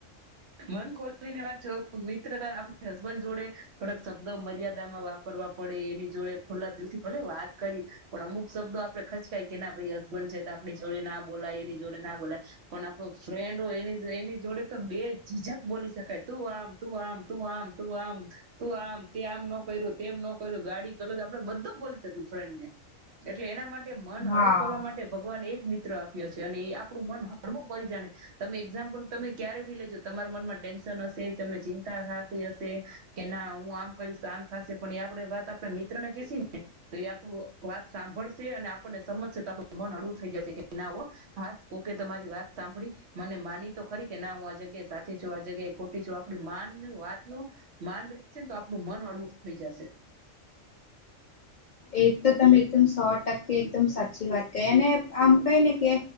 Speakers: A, on the right; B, on the left.
A: મન ખોલવીને વાત મિત્ર, આપ હસબન્ડ જોડે થોડાક શબ્દો મર્યાદામાં વાપરવા પડે, એની જોડે ખોલ્લા દિલથી ભલે વાત કરી પણ અમુક શબ્દો આપડે ખચકાય કે ના ભાઈ હસબન્ડ છે, તો આપણી જોડે ના બોલાય એની જોડે ના બોલાય પણ આપણો ફ્રેન્ડ હોય, એ એની જોડે તો બે જીજક બોલી શકાય. તું આમ તું આમ તું આમ તું આમ તું આમ, તે આમ ન કર્યું, તેમ ન કર્યું. ગાડી કલોજ આપડે બધું બોલી સકી ફ્રેન્ડ ને એટલે એના માટે કે મન
B: હા.
A: હળવું કરવા માટે ભગવાન એક મિત્ર આપ્યો છે અને એ આપડું મન હળવું કરી જાણે. તમે એક્ઝામ્પલ તમે ક્યારે ભી લેજો, તમારા મનમાં ટેન્શન હશે, તમને ચિંતા થાતી હશે કે ના હું આમ કરીશ, તો આમ થશે પણ એ આપડે વાત આપણા મિત્ર ને કેશું ને તો એ આપણું વાત સાંભળશે અને આપણને સમજશે, તો આપણું મન અળવું થઈ જશે કે, ના હો હ ઓકે તમારી વાત સાંભડી, મને માની તો ખરી કે ના હું આ જગ્યાએ સાચી છું, આ જગ્યાએ ખોટી છું. આપડુ માન વાતનું માન બેશેને તો આપણું મન અળવું થઈ જશે.
B: એ તો તમે એકદમ સો ટકે એકદમ સાચી વાત કહી અને આમ કઈ ને કે